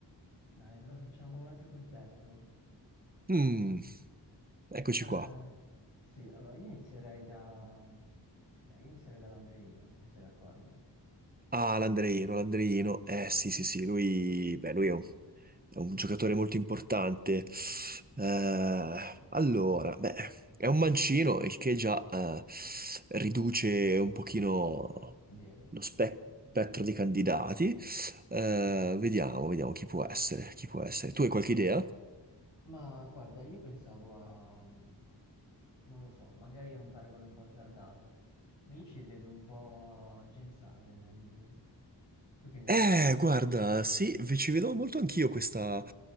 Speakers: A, on the left; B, on the right.
A: Dai, allora facciamo un altro quintetto.
B: Mm, eccoci
A: Eh,
B: qua.
A: sì, allora io inizierei da... Beh, io inizierei dall'Andreino, se sei d'accordo.
B: Ah, l'Andreino, l'Andreino. Eh sì, sì, sì, lui, beh, lui è un, è un giocatore molto importante. Eh, allora, beh, è un mancino, il che già eh, riduce un pochino
A: Vero?
B: lo spe- spettro dei candidati. Eh, vediamo, vediamo chi può essere, chi può essere. Tu hai qualche idea?
A: Ma guarda, io pensavo a, non lo so, magari è un paragone un po' azzardato, ma io ci rivedo un po' James Harden in lui. Tu che ne dici?
B: Eh, guarda, sì, ve- ci vedevo molto anch'io questa,